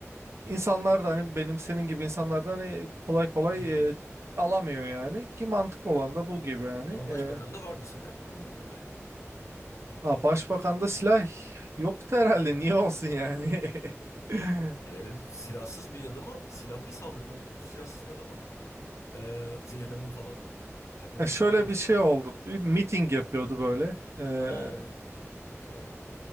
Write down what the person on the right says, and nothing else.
İnsanlar da hani benim senin gibi insanlardan hani kolay kolay
e, alamıyor yani ki mantıklı olan da bu gibi yani.
E,
ha, başbakanda silah yoktu herhalde niye olsun yani. <laughs>
E, Şöyle
bir şey oldu bir miting yapıyordu böyle. E,